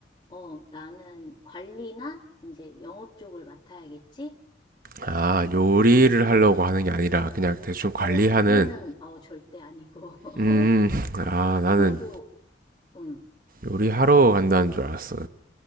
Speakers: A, on the left (about 25°); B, on the right (about 50°).
A: 어, 나는 관리나 이제 영업 쪽을 맡아야겠지?
B: 아, 요리를 하려고 하는 게 아니라 그냥 대충 관리하는,
A: 어, 요리는 어, 절대 아니고. <laughs>
B: 음, 아, 나는
A: 근데도 음,
B: 요리하러 간다는 줄 알았어.